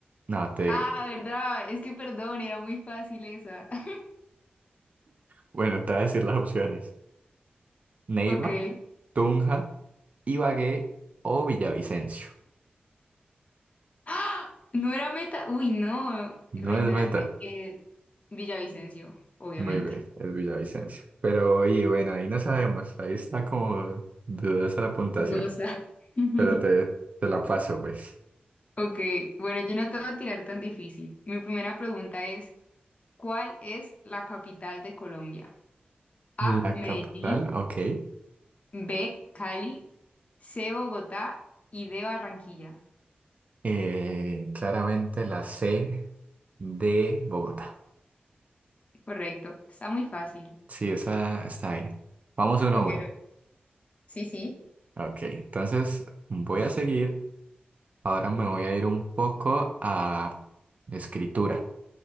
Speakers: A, on the right; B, on the left.
A: no, te digo,
B: Ah, ¿verdad? Es que perdón, era muy fácil esa. <laughs>
A: bueno, te voy a decir las opciones. Neiva,
B: Ok.
A: Tunja, Ibagué o Villavicencio.
B: ¡Ah! No era Meta. Uy, no,
A: No
B: re
A: es
B: ignorante.
A: Meta.
B: Eh, Villavicencio, obviamente.
A: Muy bien, es Villavicencio. Pero, y bueno, ahí no sabemos, ahí está como dudosa la puntuación,
B: Hermosa. <laughs>
A: pero te, te la paso, pues.
B: Ok, bueno, yo no te voy a tirar tan difícil. Mi primera pregunta es, ¿cuál es la capital de Colombia? A,
A: La
B: Medellín,
A: capital, ok.
B: B, Cali, C, Bogotá y D, Barranquilla.
A: Eh, claramente la C de Bogotá.
B: Correcto, está muy fácil.
A: Sí, esa está bien. Vamos uno
B: Ok,
A: a uno.
B: sí, sí.
A: Ok, entonces voy a seguir. Ahora me voy a ir un poco a escritura.